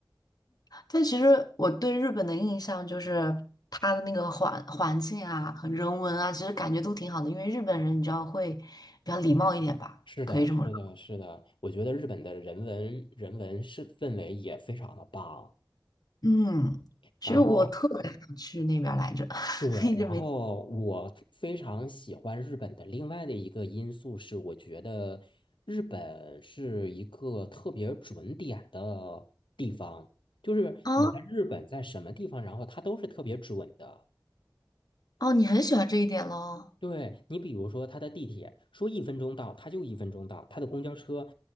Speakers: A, on the left; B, on the left.
A: 但其实我对日本的印象就是它的那个环环境啊和人文啊，其实感觉都挺好的，因为日本人你知道会比较礼貌一点吧，
B: 是的，
A: 可以这么说。
B: 是的，是的，我觉得日本的人文人文是氛围也非常的棒。
A: 嗯，其实我特别想去那边儿来着，
B: 然后
A: <laughs>
B: 对，
A: 一直没。
B: 然后我非常喜欢日本的另外的一个因素是，我觉得日本是一个特别准点的地方，就是你在日本在什么地方，
A: 哦
B: 然后它都是特别准的。
A: 哦，你很喜欢这一点喽？
B: 对你，比如说他的地铁说一分钟到，他就一分钟到；他的公交车，